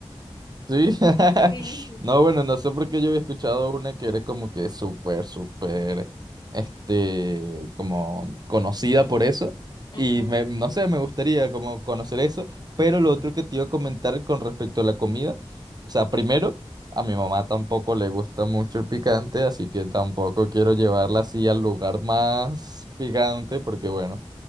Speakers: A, on the right; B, on the left.
A: Sí. <laughs>
B: Sí, sí,
A: No,
B: sí.
A: bueno, no sé por qué yo había escuchado una que era como que súper, súper, este, como conocida por eso.
B: Ajá.
A: Y me, no sé, me gustaría como conocer eso. Pero lo otro que te iba a comentar con respecto a la comida. O sea, primero, a mi mamá tampoco le gusta mucho el picante, así que tampoco quiero llevarla así al lugar más picante, porque bueno.